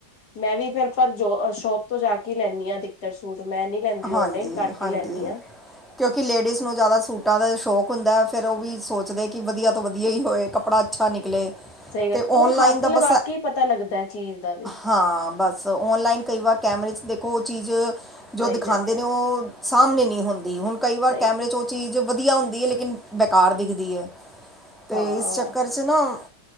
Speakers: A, on the left; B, in the centre.
A: ਮੈਂ ਵੀ ਫੇਰ ਜੋ ਸ਼ੋਪ ਤੋਂ ਜਾ ਕੇ ਲੈਂਦੀ ਆ, ਆਦਿਕਤਰ ਸੂਟ ਮੈਂ ਨੀ ਲੈਂਦੀ
B: ਹਾਂਜੀ-ਹਾਂਜੀ।
A: ਔਨਲਾਈਨ ਘੱਟ ਈ ਲੈਂਦੀ ਆ।
B: ਕਿਉਂਕਿ ਲੇਡੀਸ ਨੂੰ ਜ਼ਿਆਦਾ ਸੂਟਾਂ ਦਾ ਸ਼ੌਕ ਹੁੰਦਾ, ਫਿਰ ਉਹ ਵੀ ਸੋਚਦੇ ਕਿ ਵਧੀਆ ਤੋਂ ਵਧੀਆ ਹੀ ਹੋਏ ਕੱਪੜਾ ਅੱਛਾ ਨਿਕਲੇ
A: ਸਈ ਗੱਲ
B: ਤੇ
A: ਐ,
B: ਔਨਲਾਈਨ
A: ਔਰ ਹੱਥ
B: ਦਾ
A: ਲਗਾ
B: ਬਸ
A: ਕੇ ਈ ਪਤਾ ਲੱਗਦਾ ਐ ਚੀਜ ਦਾ।
B: ਹਾਂ, ਬਸ ਔਨਲਾਈਨ ਕਈ ਵਾਰ ਕੈਮਰੇ'ਚ ਦੇਖੋ, ਓਹ ਚੀਜ ਜੋ
A: ਸਹੀ
B: ਦਿਖਾਂਦੇ
A: ਗੱਲ ਕਹਿ
B: ਨੇ,
A: ਰਹੇ
B: ਓਹ
A: ਹੋ
B: ਸਾਮਨੇ ਨਈ ਹੋਂਦੀ, ਹੁਨ ਕਈ ਵਾਰ
A: ਸਹੀ
B: ਕੈਮਰੇ'ਚ ਓਹ ਚੀਜ ਵਦੀਆ ਹੁੰਦੀ ਐ, ਲੇਕਿਨ ਬੇਕਾਰ ਦਿਖਦੀ ਐ। ਤੇ
A: ਹਾਂ
B: ਇਸ ਚੱਕਰ'ਚ ਨਾ,